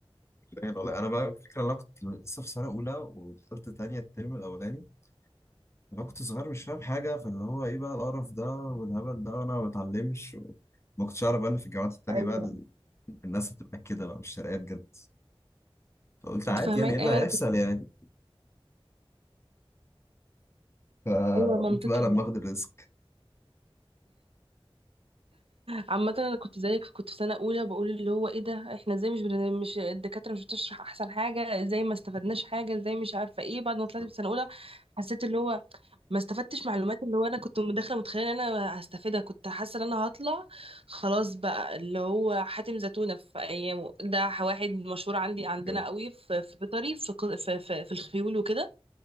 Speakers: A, on the left; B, on the right.
A: يعني والله انا بقى الفكره إن انا كنت لسه في سنه اولى ودخلت تانية الترم الاولاني انا كنت صغير مش فاهم حاجه فاللي هو ايه بقى القرف ده والهبل ده وانا ما بتعلمش وما كنتش اعرف بقى ان في الجامعات التانيه
B: ايوه
A: بقى ال- الناس هتبقى كده بقى مش شرقيه بجد فقلت عادي
B: فهماك
A: يعني ايه اللي
B: ايوه
A: هيحصل
B: انا كنت
A: يعني فقلت
B: ايوه منطقي
A: بقى لما اخد الريسك
B: عامة انا كنت زيك كنت في سنة اولى بقول اللي هو ايه ده احنا ازاي مش بن... مش الدكاترة مش بتشرح احسن حاجة ازاي ما استفدناش حاجة ازاي مش عارفة ايه بعد ما
A: بالظبط
B: طلعت في سنة اولى حسيت اللي هو ما استفدتش معلومات اللي هو انا كنت داخله متخيله ان انا هستفيدها كنت حاسه ان انا هطلع خلاص بقى اللي هو حاتم زتونه في ايامه ده واحد مشهور عندي عندنا
A: بجد
B: قوي في في بيطري في ق- في في, في الخيول وكده